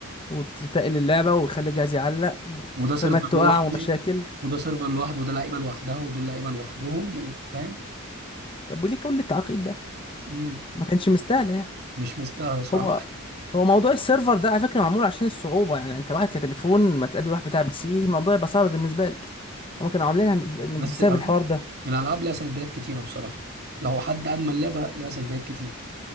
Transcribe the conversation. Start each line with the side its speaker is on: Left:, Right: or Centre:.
Left: وتتقل اللعبة ويخلي الجهاز يعلق
Right: وده
Left: وفيرمات
Right: سيرفر
Left: تقع
Right: لوحده
Left: ومشاكل
Right: وده سيرفر لوحده وده لعيبه لوحدها ودول لعيبه لوحدهم وفاهم
Left: طب وليه كل التعقيد ده؟
Right: مم.
Left: ما كانش مستاهل يعني
Right: مش مستاهله صح
Left: هو هو موضوع السيرفر ده على فكرة معمول عشان الصعوبة يعني انت واحد كتليفون ما تقابل واحد بتاع بي سي الموضوع يبقى صعب بالنسبة لك هما كانوا عاملينها ب- من-
Right: بس
Left: بسبب
Right: الالعاب
Left: الحوار ده
Right: الالعاب ليها سلبيات كتيره بصراحه لو حد ادمن لعبه ليها سلبيات كتيره